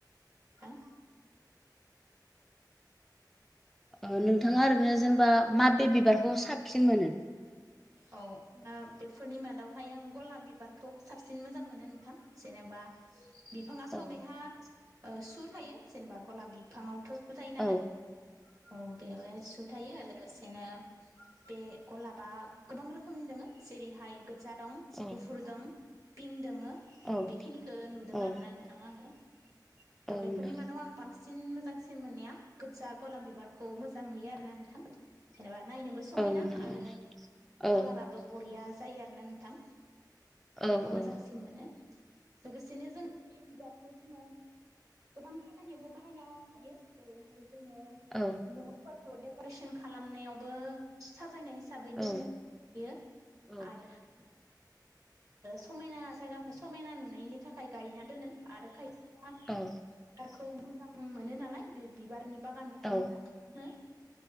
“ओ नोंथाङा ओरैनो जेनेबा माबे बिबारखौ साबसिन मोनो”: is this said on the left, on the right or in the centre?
Centre